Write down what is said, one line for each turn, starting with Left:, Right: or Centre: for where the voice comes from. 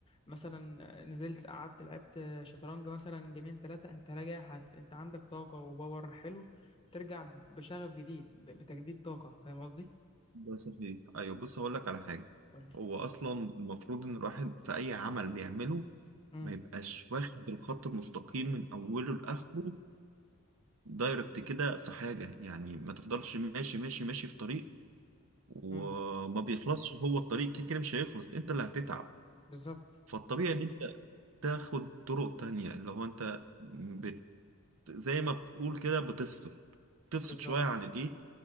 Left: مثلا نزلت قعدت لعبت شطرنج مثلا جيمين ثلاثه انت راجع هت... انت عندك طاقه وباور حلو ترجع بشغف جديد ب... بتجديد طاقه فاهم قصدي
Right: ده صحيح أيوة بص هقول لك على حاجة
Left: قول لي
Right: هو أصلا المفروض إن الواحد في أي عمل بيعمله
Left: امم
Right: ما يبقاش واخد الخط المستقيم من أوله لآخره دايركت كده في حاجة يعني ما تفضلش ماشي ماشي ماشي في طريق وما
Left: امم
Right: بيخلصش هو الطريق كده كده مش هيخلص أنت اللي هتتعب
Left: بالظبط
Right: فالطبيعي إن أنت تاخد طرق تانية اللي هو أنت بت... زي ما بتقول كده بتفصل تفصل
Left: بالظبط
Right: شوية عن الإيه